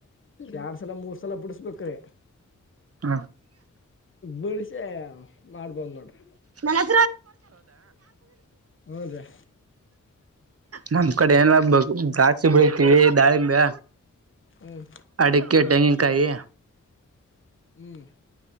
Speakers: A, on the left (about 40°); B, on the right (about 50°).
A: ಎರಡ್ ಸಲ ಮೂರ್ ಸಲ ಬಿಡಸ್ಬೇಕ್ರೀ
B: ನ
A: ಬಿಡಿಸಿ ಮಾಡ್ಬೋದ್ ನೋಡ್ರಿ
B: <inaudible>
A: ಹೂನ್ರಿ
B: ನಮ್ಮ್ ಕಡೆ ಎಲ್ಲ ಬ ದಾ ಚಿಬ್ಬ ಬೆಳತೀವಿ ದಾಳಿಂಬೆ
A: ಹ್ಮ್
B: ಅಡಿಕ್ಕೆೆ ತೆಂಗಿನಕಾಯಿ
A: ಹ್ಮ